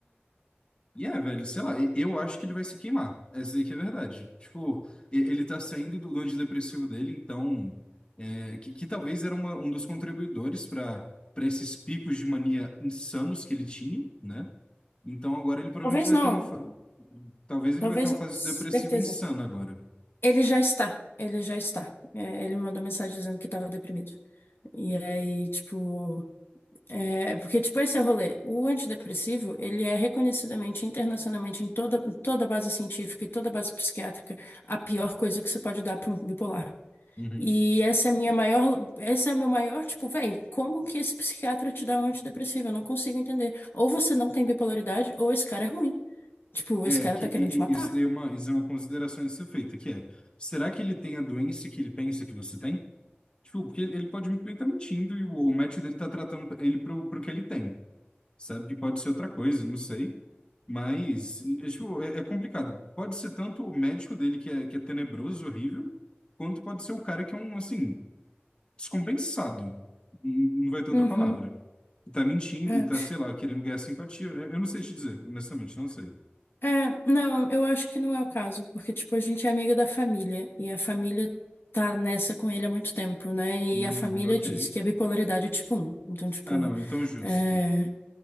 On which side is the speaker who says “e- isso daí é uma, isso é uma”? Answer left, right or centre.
Left